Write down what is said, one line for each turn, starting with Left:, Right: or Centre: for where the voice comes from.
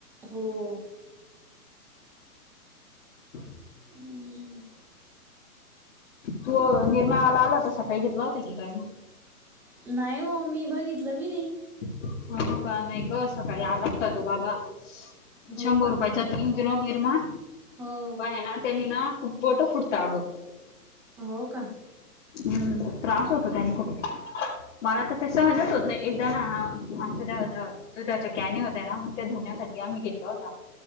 Centre: हो‌.
Left: <inaudible>
Centre: हम्म.
Left: तू निरम्यायावाला आला होता सकाळी घेतला होता की काय मग?
Centre: नाही ओ मी बघितलं बी नाही.
Left: हो का? नाही ग सकाळी आला होता तो बाबा शंभर
Centre: हो का
Left: रुपयाचा तीन किलो निरमा
Centre: हो.
Left: पण हाय ना तेनी ना खुप बोट खुडत अग.
Centre: हो का?
Left: हम्म त्रास होतो त्यांनी खूप. मला तर ते सहनच होत नाही. एकदा ना आमच्या त्या ह दुधाच्या कॅनी होत त्या ना मग त्या धुण्यासाठी आम्ही घेतला होता.